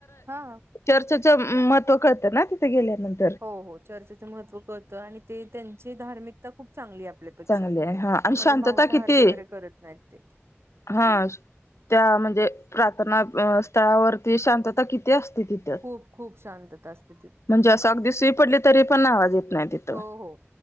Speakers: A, on the right (about 60°); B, on the left (about 75°).
A: हा
B: चर्चेचं महत्व कळतं ना तिथे गेल्यानंतर
A: हो हो चर्चेचं महत्त्व कळतं आणि ते त्यांची धार्मिकता खूप चांगली आपल्या
B: चांगली
A: े
B: आहे हा आणि
A: म्हणजे
B: शांतता
A: मांसाहार
B: किती
A: वगैरे करत नाहीत ते
B: हा त्या म्हणजे प्रार्थना स्थळावर ते शांतता किती असते तिथ.
A: खूप खूप शांतता असते ती
B: म्हणजे असं अगदी सुई पडली तरी पण आवाज येत नाही तिथं
A: हो हो